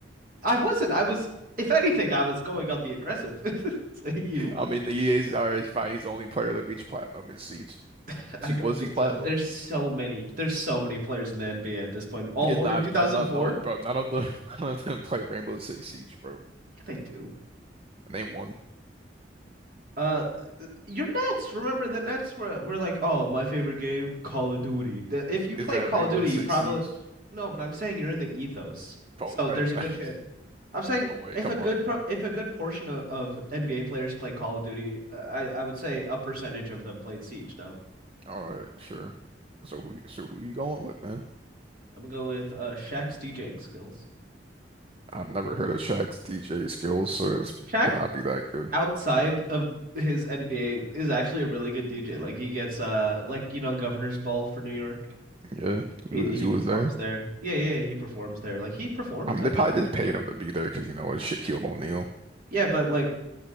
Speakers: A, on the right; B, on the right.
A: I wasn't. I was, if anything, I was going on the aggressive. <laughs> Saying he wasn't.
B: I mean the EA's already fine, he's the only player that reached platinum in Siege.
A: <laughs>
B: Was
A: I
B: he
A: don't
B: was
A: think
B: he platinum?
A: so. There's so many. There's so many players in the NBA at this point. All
B: Yeah,
A: born
B: nah,
A: in 2004?
B: no no no bro, none of the <laughs> none of them played Rainbow Six Siege, bro.
A: Yeah, they do.
B: Name one.
A: Uh, th- your Nets. Remember the Nets were were like, oh, my favorite game, Call of Duty. The- If you
B: Is
A: played
B: that
A: Call
B: Rainbow
A: of Duty,
B: Six
A: you probably
B: Siege?
A: no, but I'm saying you're in the ethos,
B: Bro,
A: so
B: bro,
A: there's a good chance. I'm
B: <laughs>
A: saying
B: no way,
A: if
B: come
A: a good
B: on.
A: pro if a good portion of, of NBA players play Call of Duty, uh, I I would say a percentage of them played Siege. No,
B: All right, sure. So who so who you going with, man?
A: I'm gonna go with uh Shaq's DJing skills.
B: I've never heard of Shaq's DJ skills, so it
A: Shaq
B: cannot be that good.
A: outside of his NBA is actually a really good DJ. Like he gets uh like you know Governor's Ball for New York.
B: Yeah, he
A: He
B: was
A: he
B: he was
A: performs
B: there.
A: there. Yeah, yeah, he performs there. Like he performs
B: I mean,
A: at
B: they probably
A: like actual
B: just paid him to be there because you know it's Shaquille O'Neal.
A: Yeah, but like